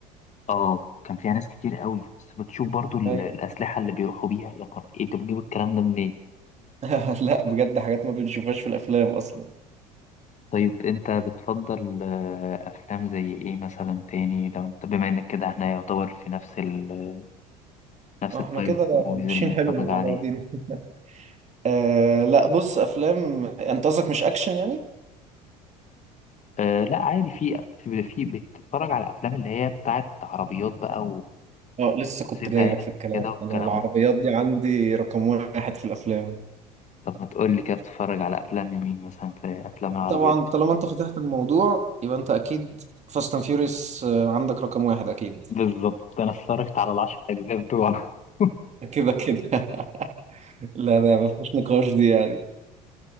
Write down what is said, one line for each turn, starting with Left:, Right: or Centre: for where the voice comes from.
Left: اه كان فيها ناس كتير قوي بس بتشوف برضو ال-
Right: ايوه
Left: الأسلحة اللي بيروحوا بيها يا نهار ايه انت بتجيب الكلام ده منين
Right: <laughs> لا بجد حاجات ما بنشوفهاش في الافلام اصلا
Left: طيب انت بتفضل آه، افلام زي ايه مثلا تاني لو انت بما انك كده احنا يعتبر في نفس ال نفس
Right: آه،
Left: التايب
Right: احنا كده
Left: موفيز
Right: ماشيين
Left: اللي بنتفرج
Right: حلو
Left: عليه
Right: مع بعضين <laughs> آه لا بص افلام انت قصدك مش اكشن يعني
Left: أه لا عادي في في في بتتفرج على افلام اللي هي بتاعت عربيات بقى
Right: اه لسه كنت
Left: وسباقات
Right: جاي لك في الكلام
Left: كده والكلام
Right: انا العربيات
Left: ده
Right: دي عندي رقم واحد في الافلام
Left: طب ما تقول لي كده بتتفرج على افلام مين مثلا في افلام العربيات
Right: طبعا طالما انت فتحت الموضوع يبقى انت اكيد فاست اند فيوريوس عندك رقم واحد اكيد
Left: بالظبط انا اتفرجت على العشر اجزاء بتوعه <laughs>
Right: <laughs> كده كده <laughs> لا ده ما فيش نقاش دي يعني